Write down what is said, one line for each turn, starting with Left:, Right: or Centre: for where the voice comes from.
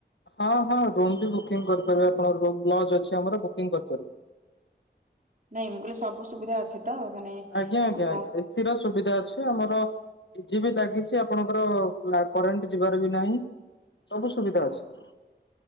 Left: ହଁ ହଁ ରୁମ ବି ବୁକିଂ କରିପାରିବେ ଆପଣ ଲଜ ଅଛି ଆମର ବୁକିଂ କରିପାରିବ ।
Right: ନାଇଁ ମୁଁ କହିଲେ ସବୁ ସୁବିଧା ଅଛି ତ ମାନେ
Left: ଆଜ୍ଞା, ଆଜ୍ଞା,
Right: ଆପଣ
Left: ଆଜ୍ଞା ଏସି ର ସୁବିଧା ଅଛି ଆମର ଟିଜି ବି ଲାଗିଛି ଆପଣଙ୍କର କରେଣ୍ଟ ଯିବାର ବି ନାହିଁ । ସବୁ ସୁବିଧା
Right: ହଁ
Left: ଅଛି ।